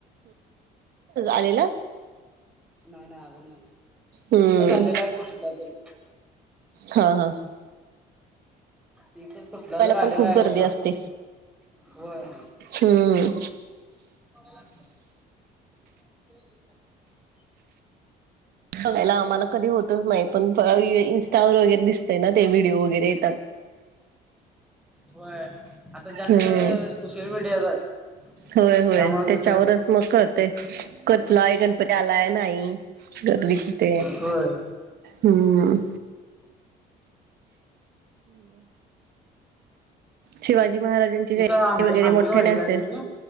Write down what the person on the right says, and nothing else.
आलेला
हम्म
हा हा
बघायला
पण
खूप
गर्दी
असते
हम्म
बघायला आम्हाला कधी होतच नाही पण इंस्टा ववर वगैरे दिसतय ना ते व्हिडिओ वगैरे येतात
हम्म
होय होय
त्याच्यावर
मग कळतेय करतलाय गणपती आलाय नाही गदी तिथ
हम्म शिवाजी महाराज वगैरे
मोठ्या न
असेल